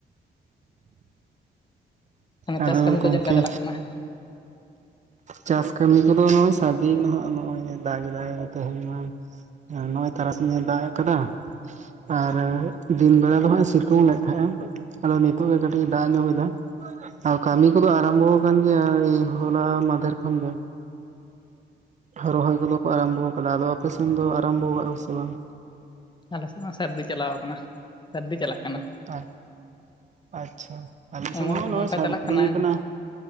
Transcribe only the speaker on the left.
ᱪᱟᱹᱥ ᱠᱟᱹᱢᱤ ᱠᱚ
ᱪᱮᱫ ᱞᱮᱠᱟ ᱪᱟᱞᱟᱜ ᱠᱟᱱᱟ
ᱟᱞᱮ ᱥᱮᱫ ᱢᱟ ᱥᱟᱹᱨᱫᱤ ᱪᱟᱞᱟᱣ ᱠᱟᱱᱟ ᱥᱟᱹᱨᱫᱤ ᱪᱟᱞᱟᱜ ᱠᱟᱱᱟ
ᱮᱢᱚᱱ
ᱱᱚᱝᱠᱟ
ᱪᱟᱞᱟᱜ ᱠᱟᱱᱟ